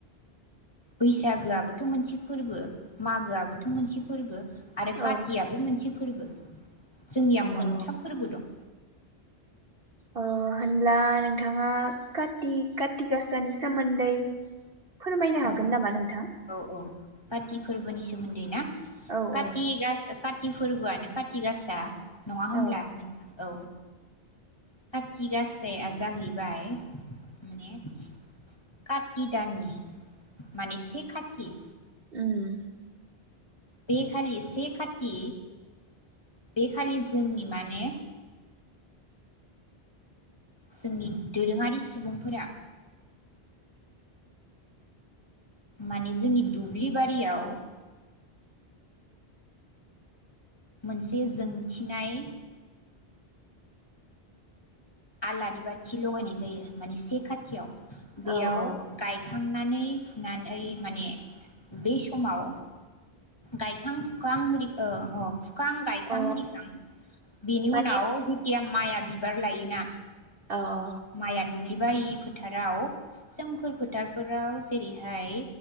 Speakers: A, on the left; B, on the right.
A: बैसागोआबोथ' मोनसे फोरबो, मागोआबोथ' मोनसे फोरबो आरो
B: औ
A: खाथियाबो मोनसे फोरबो। जोंनिया मोनथाम
B: औ
A: फोरबो दं।
B: ओ होनब्ला नोंथाङा खाथि-खाथिगाासानि सोमोन्दै फोरमायनो हागोन
A: औ
B: नामा नोंथां?
A: औ औ खाथि फोरबोनि सोमोन्दै ना?
B: औ
A: खाथि
B: औ
A: गासा खाथि फोरबोआनो खाथिगासा नङा होमब्ला
B: औ
A: नोंथां? औ खाथिगासाया जाहैबाय माने खाथि दाननि माने से खाथि
B: उम
A: बेखालि से खाथि बेखालि जोंनि माने जोंनि दोरोङारि सुबुंफोरा माने जोंनि दुब्लि बारियाव मोनसे जोंथिनाय आलारि बाथि लगायनाय जायो। माने से खाथियाव बेयाव
B: औ औ
A: गायखां नानै फुनानै माने बे समाव गायखां फुखां ओ फुखां-गायखां-आरिखां
B: अ
A: बेनि
B: माने
A: उनाव जि थिया माइआ बिबार लायोना।
B: औ औ
A: माइआ दुब्लिबारि फोथाराव सोमखोर फोथारफोराव जेरैहाय